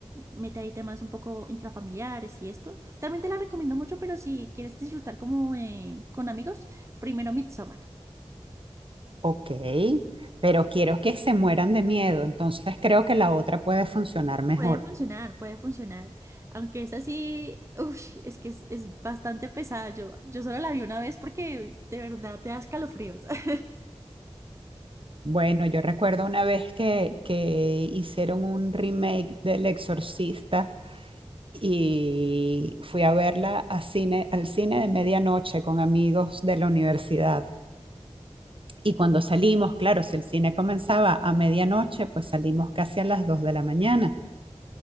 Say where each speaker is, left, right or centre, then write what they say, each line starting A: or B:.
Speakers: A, on the right; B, on the right.
A: mete ahí temas un poco intrafamiliares y esto. También te la recomiendo mucho, pero si quieres disfrutar como eh, con amigos, primero Midsommar.
B: Ok, pero quiero que se mueran de miedo, entonces creo que la otra puede funcionar mejor.
A: Puede funcionar, puede funcionar. Aunque es así, uff, es que es, es bastante pesada. Yo, yo solo la vi una vez porque de verdad te da escalofríos. <laughs>
B: Bueno, yo recuerdo una vez que, que hicieron un remake del Exorcista y fui a verla a cine, al cine de medianoche con amigos de la universidad. Y cuando salimos, claro, si el cine comenzaba a medianoche, pues salimos casi a las 2 de la mañana.